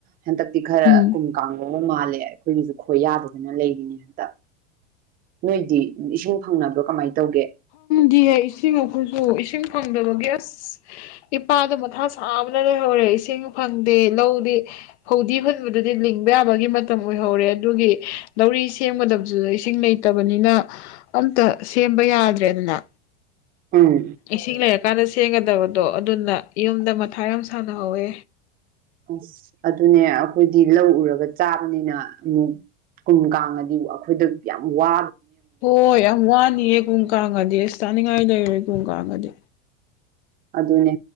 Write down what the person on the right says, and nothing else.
ꯍꯟꯗꯛꯇꯤ ꯈꯔ
ꯀꯨꯝ ꯀꯥꯡꯕ ꯑꯃ ꯃꯥꯜꯂꯦ ꯑꯩꯈꯣꯏꯒꯤꯁꯨ ꯑꯩꯈꯣꯏ ꯌꯥꯗꯗꯅ ꯂꯩꯔꯤꯅꯤ ꯍꯟꯗꯛ ꯅꯣꯏꯗꯤ ꯏꯁꯤꯡ ꯐꯪꯅꯕ꯭ꯔꯣ ꯀꯃꯥꯏꯅ ꯇꯧꯒꯦ <inaudible>
ꯎꯝ
ꯑꯁ ꯑꯗꯨꯅꯦ ꯑꯩꯈꯣꯏꯗꯤ ꯂꯧ ꯎꯔꯒ ꯆꯥꯕꯅꯤꯅ ꯑꯃꯨꯛ ꯀꯨꯝ ꯀꯥꯡꯉꯗꯤ ꯑꯩꯈꯣꯏꯗ ꯌꯥꯝ ꯋꯥ
ꯑꯗꯨꯅꯦ